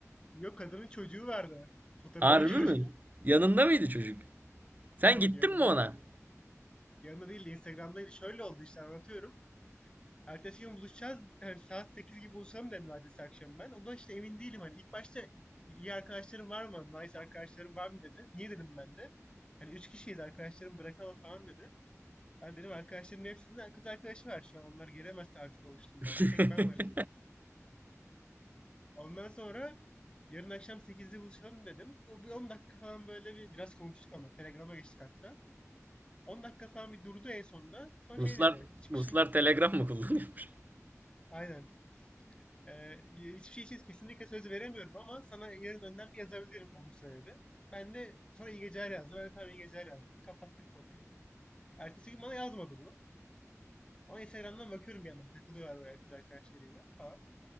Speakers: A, on the left; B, on the right.
A: Yok kadının çocuğu vardı. Fotoğrafını
B: Harbi
A: gördüm.
B: mi? Yanında mıydı çocuk?
A: <laughs>
B: Sen
A: Yok
B: gittin
A: yanında
B: mi
A: değil.
B: ona?
A: değil. Yanında değil de Instagram'daydı. Şöyle oldu işte anlatıyorum. Ertesi gün buluşacağız. Hani saat 8 gibi buluşalım dedim ertesi akşam ben. Ondan işte emin değilim hani. İlk başta iyi arkadaşlarım var mı? Nice arkadaşlarım var mı dedi. Niye dedim ben de. Hani üç kişiyiz arkadaşlarım bırakalım falan dedi. Ben dedim arkadaşlarımın hepsinde kız arkadaşı var şu an. Onlar gelemezse artık oluştum
B: <laughs>
A: ben. de. Tek ben varım dedim. Ondan sonra yarın akşam sekizde buluşalım dedim. Bu bir 10 dakika falan böyle bir biraz konuştuk ama Telegram'a geçtik hatta. 10 dakika falan bir durdu en sonunda. Son
B: Ruslar
A: şey dedi. Hiçbir
B: Ruslar
A: şey.
B: Telegram mı kullanıyormuş?
A: Aynen. Ee, hiçbir şey için kesinlikle söz veremiyorum ama sana yarın önden bir yazabilirim olursa dedi. Ben de sonra iyi geceler yazdım. Ben de tamam iyi geceler yazdım. Kapattık konuyu. Ertesi gün bana yazmadı bu. Ama Instagram'dan bakıyorum bir yandan takılıyorlar böyle kız arkadaşlarıyla falan.